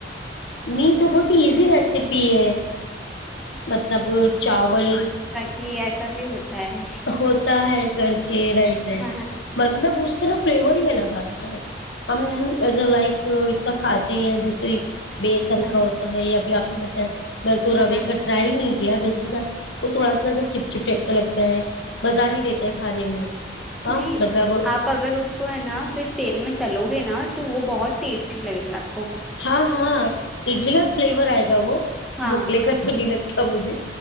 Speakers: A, on the left; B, in the centre.
A: نہیں تو بہت ایزی ریسیپی ہے مطلب چاول
B: یس ایسا بھی ہوتا ہے
A: ہوتا ہے کر رائٹ رائٹ
B: ہاں
A: مطلب تا فلیور ہی الگ آتا ہے ہم ایز ا لائک اس کا کھاتے ہیں دوسری بیسن
B: ہاں
A: کا ہوتا ہے ابھی آپ اپ بت ب تو روی
B: ہاں
A: کٹرا ہی نہیں کیا بیسن کا تو تھوڑا ساا چپ چپ ٹ لگتا ہے مزہ نہیں دیتا ہے کھانے میں ہاں
B: نہیں
A: مطلب
B: آپ اگر اس کو ہے نا پھر تیل میں تلو گے نا تو وہ بہت ٹیسٹی لگے گاپ
A: ہاں ہاں اڈلی کا فلیور آئے گا وہ
B: ہاں
A: ڈھوکلے کا تو نہیں لگتا سبوجے